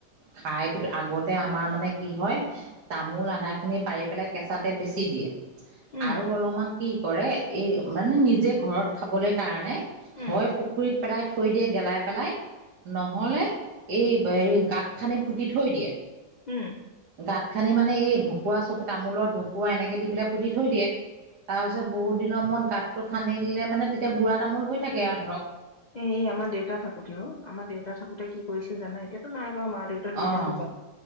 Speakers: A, on the right; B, on the left.
A: খায়তোত আগতে আমাৰ মানে কি হয়, তামোল আধা খিনি পাৰি পেলাই কেঁচাতে বেছি দিয়ে।
B: উম
A: আৰু অলপমান কি কৰে, এই মানে নিজে ঘৰত খাবলৈ কাৰণে
B: উম
A: হয় পুখুৰীত পেলাই থৈ দিয়ে গেলাই পেলাই, নহলে এই হেৰি গাঁত খানি পুতি থৈ দিয়ে।
B: উম
A: গাঁত খানি মানে এই ঢকুৱা চ তামোলৰ ঢকুৱা এনেকে দি পেলাই পুতি থৈ দিয়ে, তাৰপিছত বহুত দিনৰ মূৰত গাতটো খানি দিলে মানে তেতিয়া বুঢ়া তামোল হৈ থাকে আৰু ধৰক।
B: এ এই আমাৰ দেউতা থাকোতেও আমাৰ দেউতা থাকোতে কি কৰিছিল জানা এতিয়াতো নাই মা দেউতা দুইজন
A: অ'
B: ঢুকাল,